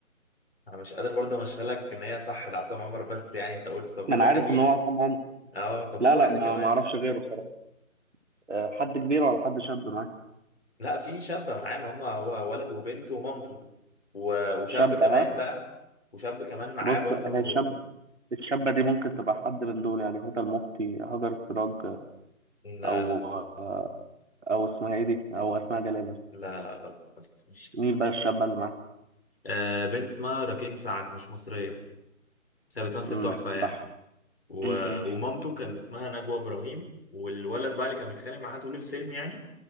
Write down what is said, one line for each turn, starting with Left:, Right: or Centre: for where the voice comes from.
Left: انا مش قادر برضه امشيها لك ان هي صح ده عصام عمر بس يعني انت قلت طب قول
Right: ما انا
Left: له
Right: عارف
Left: اي
Right: ان هو عصام عمر
Left: اه طب
Right: لا
Left: قول واحده
Right: لا ما
Left: كمان
Right: ما اعرفش غيره بصراحه أه، حد كبير ولا حد شاب معاك
Left: لا في شابة معاه ما هم هو ولد وبنت ومامته و- وشاب
Right: شاب
Left: كمان
Right: ها
Left: بقى وشاب كمان معاه
Right: بص
Left: برضو
Right: هي الشاب الشابه دي ممكن تبقى حد من دول يعني هدى المفتي هاجر السراج
Left: لا
Right: او
Left: لا
Right: او اسمها ايه دي او اسماء جلال مثلا.
Left: لا لا غلط غلط مش
Right: مين بقى الشابه اللي معاك
Left: آه بنت اسمها راكين سعد مش مصرية بس هي بتمثل
Right: امم
Left: تحفة يعني
Right: بح
Left: و...
Right: امم
Left: ومامته كان اسمها نجوى إبراهيم والولد بقى اللي كان بيتخانق معاه طول الفيلم يعني